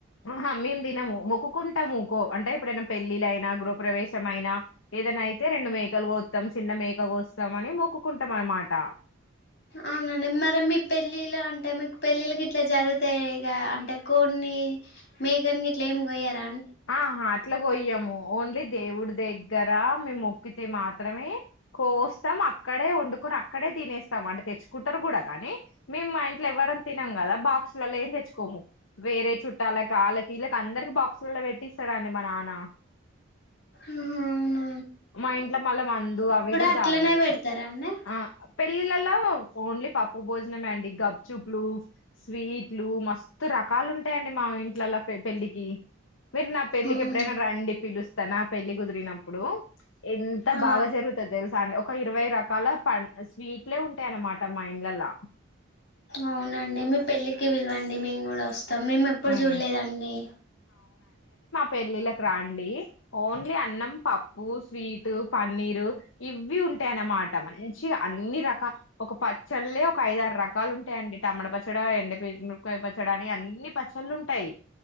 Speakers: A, on the left (about 75°); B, on the left (about 50°).
A: ఆహా మేమ్ తినము మొక్కుకుంటాము ఇకో అంటే ఎప్పుడైనా పెళ్ళిలయినా గృహప్రవేశ మయినా ఏదైనా అయితే రెండు మేకలు కోస్తాం చిన్న మేక కోస్తాం అని మొక్కుంటాం అనమాట
B: అవునండి మరె మీ పెళ్ళిల అంటే మీకు పెళ్ళిలు గిట్ల జరుగుతాయి ఇక అంటే కోడ్న్ని మేకని ఇట్ల ఏమి కోయర
A: ఆహా అట్లా గోయ్యము ఓన్లీ దేవుడి దగ్గర మేము మొక్కితే మాత్రమే కోస్తాం అక్కడే వండుకొని అక్కడే తినేస్తాము అంటే తెచ్చుకుంటారు కూడ కానీ మేము మా ఇంట్లో ఎవ్వరం తినం గదా బాక్సులలోం తెచ్చుకోము వేరే చుట్టాలకుళ్ళకిీళకి అందరికి బాక్సులలో పట్టిస్తాడండి మా నాన్న
B: ఉహు అవున
A: మా ఇంట్లో మళ్ళా మందు అవి కూడ
B: అట్లనే
A: తాగరు
B: పెడతారా అండి
A: ఆ పెళ్ళిలల్లో ఓన్లీ పప్పు భోజనమే అండి గబ్ చూప్ లు స్వీట్లు మస్త్ రా రకాలు ఉంటాయండి మా ఇంట్లల్లో పెళ్లిికి మీరు నా పెళ్లిికి
B: అవును
A: ఎప్పుడైన రండి పిలుస్ స్తాన్ నా పెళ్ళి కుదిరినప్పుడు ఎంత
B: ఆ
A: బాగ జరుతది తెల సార్కె ఒక ఇరవై రకాల పం స్వీట్లే ఉంటాయన్నమాట మా ఇండ్లలా
B: అవునండి మీ పెళ్ళికి పిలవండి మీ కూడా వస్ మేము ఎప్పుడు
A: ఉమ్
B: చూడ్లేదండి
A: పెళ్ళిలకు రాండి ఓన్లీ అన్నం పప్పు స్వీటు పన్నీరు ఇవ్వి ఉంటాయనమాట మంచి గ అన్ని రకా ఒక పచ్చళ్లే ఒక ఐద ఆరు రకాలు ఉంటాయండి టమడ పచ్చడి ఎండిమిరపకాయ పచ్చడి అని అన్ని పచ్చళ్ళు ఉంటాయి